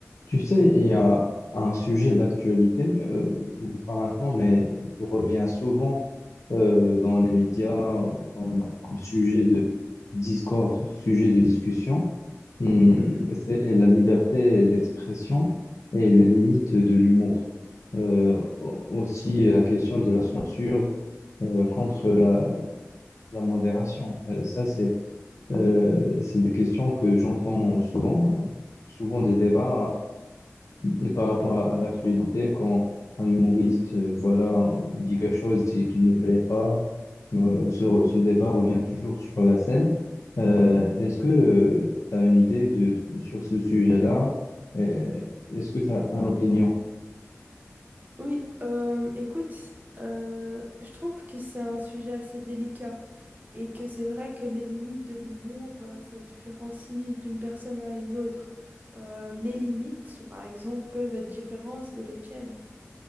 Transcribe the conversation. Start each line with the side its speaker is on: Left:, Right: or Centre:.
Left: Tu sais, il y a un sujet d'actualité, euh, bon, pas maintenant, mais il revient souvent euh, dans les médias euh, comme, comme sujet de discours, sujet de discussion. Hmm,
Right: Mhm.
Left: c'est la liberté d'expression et les limites de l'humour. Euh, au- aussi la question de la censure euh, contre la, la modération. Euh, ça, c'est euh, c'est des questions que j'entends souvent, souvent des débats et par rapport à, à l'actualité, quand un humoriste euh, voilà, dit quelque chose qui, qui ne plaît pas, euh, ce, ce débat revient toujours sur la scène. Euh, est-ce que tu as une idée de, sur ce sujet-là? Euh, est-ce que tu as une opinion?
Right: Oui, euh, écoute, euh, je trouve que c'est un sujet assez délicat et que c'est vrai que les limites de l'humour, ben, ça différencie d'une personne à une autre. Euh, mes limites sont, par exemple, peuvent être différentes de les tiennes.